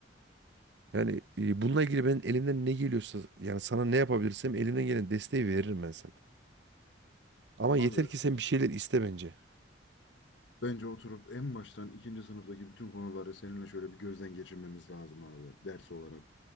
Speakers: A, on the right (about 65°); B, on the left (about 75°).
A: Yani e, bununla ilgili ben elimden ne geliyorsa yani sana ne yapabilirsem elimden gelen desteği veririm ben sana. Ama
B: Abi
A: yeter ki sen bir şeyler iste bence.
B: Bence oturup en baştan ikinci sınıftaki bütün konuları seninle şöyle bir gözden geçirmemiz lazım abi ders olarak.